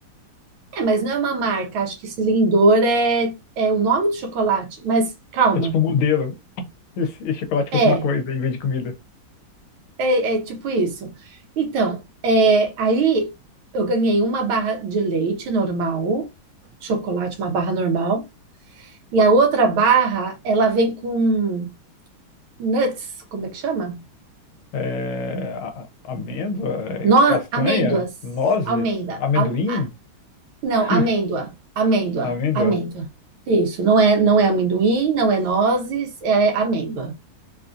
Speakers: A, on the right; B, on the left.
A: É, mas não é uma marca, acho que esse Lindor é, é o nome do chocolate, mas calma,
B: É tipo um modelo. E se chocolate fosse
A: é,
B: uma coisa em vez de comida.
A: é, é tipo isso. Então, é, aí eu ganhei uma barra de leite normal, chocolate, uma barra normal, E a outra barra, ela vem com nuts, como é que chama?
B: É, a- amêndoa, é,
A: No,
B: castanha,
A: amêndoas,
B: nozes,
A: amêndoa,
B: amendoim.
A: a- a- não,
B: <laughs>
A: amêndoa, amêndoa,
B: Amêndoa.
A: amêndoa. Isso, não é, não é amendoim, não é nozes, é amêndoa.